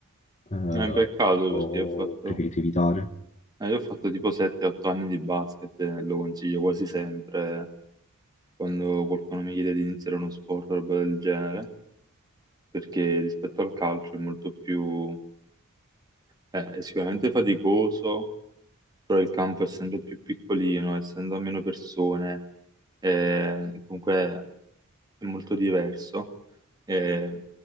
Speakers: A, on the left (about 30°); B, on the right (about 20°).
A: eh,
B: È un peccato
A: ho
B: perché ho fatto,
A: preferito evitare.
B: eh, io ho fatto tipo 7-8 anni di basket e lo consiglio quasi sempre quando qualcuno mi chiede di iniziare uno sport o roba del genere, perché rispetto al calcio è molto più, eh, è sicuramente faticoso, però il campo essendo più piccolino, essendo a meno persone, eh, comunque è molto diverso. eh,